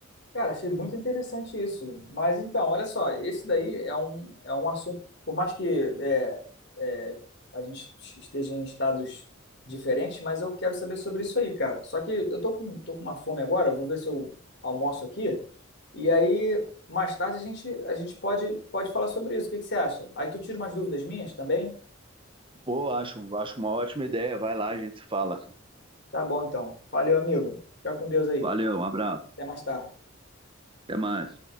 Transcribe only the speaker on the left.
Cara, achei muito interessante isso. Mas então, olha só, esse daí é um é um assunto, por mais que é, é, a gente esteja em estados diferentes, mas eu quero saber sobre isso aí, cara. Só que eu tô com tô com uma fome agora, vou ver se eu almoço aqui e aí Mais tarde a gente, a gente pode, pode falar sobre isso. O que que você acha? Aí tu tira umas dúvidas minhas também?
Tá bom, então. Valeu, amigo. Fica com Deus aí.
Até mais tarde.